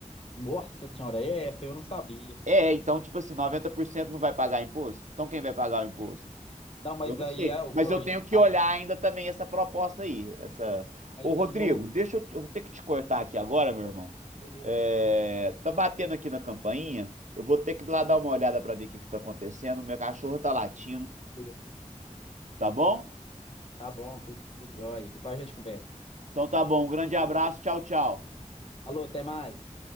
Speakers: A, on the left; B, on the right.
A: nossa senhora, é essa eu não sabia.
B: É, então, tipo assim, 90% não vai pagar imposto? Então quem vai pagar o imposto?
A: Não, mas
B: Eu não
A: aí
B: sei,
A: é o
B: mas
A: projeto.
B: eu tenho que
A: Aí,
B: olhar ainda também essa proposta aí, essa.
A: mas
B: Ô, Rodrigo,
A: aí o.
B: deixa eu, eu vou ter que te cortar aqui agora, meu irmão.
A: Beleza,
B: É, tá batendo aqui na campainha. Eu vou ter que ir lá dar uma olhada pra ver o que que tá acontecendo. Meu cachorro tá latindo,
A: beleza.
B: tá bom?
A: Tá bom, tudo, tudo jóia. Depois a gente conversa.
B: Então tá bom, um grande abraço,
A: Alô,
B: tchau, tchau.
A: alô, até mais.